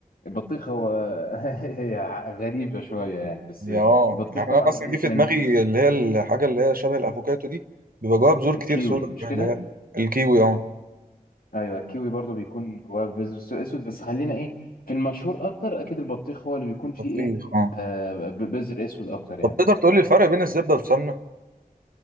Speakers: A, on the left (about 80°); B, on the right (about 75°).
A: البطيخ هو <laughs> هي غريبة شوية يعني بس
B: يا اه
A: البطيخ
B: يعني
A: طبعا
B: انا مثلا
A: إيه
B: جه في
A: من
B: دماغي اللي هي الحاجه اللي هي شبه الافوكاتو دي بيبقى جواها بذور كتير
A: الكيوي
B: سودا
A: مش كده؟
B: اللي هي الكيوي اه
A: أيوه الكيوي برضو بيكون جواه بذر أسود بس خلينا إيه في المشهور أكتر أكيد البطيخ هو اللي بيكون
B: البطيخ
A: فيه إيه
B: اه
A: آه، ب- بذر أسود أكتر يعني
B: طب تقدر تقول لي الفرق بين الزبده والسمنه